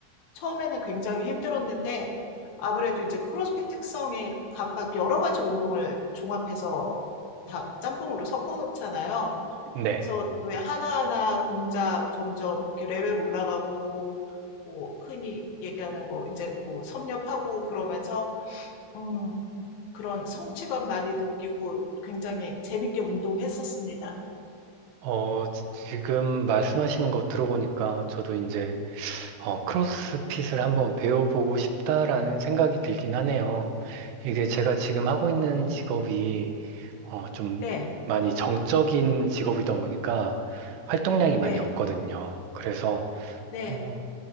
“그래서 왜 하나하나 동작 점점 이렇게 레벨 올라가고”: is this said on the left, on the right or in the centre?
Left